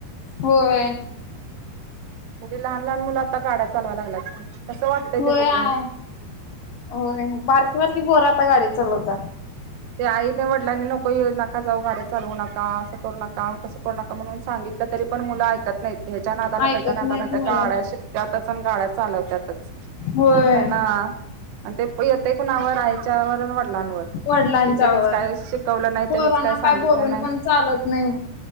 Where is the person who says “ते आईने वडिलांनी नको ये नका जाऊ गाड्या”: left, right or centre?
Right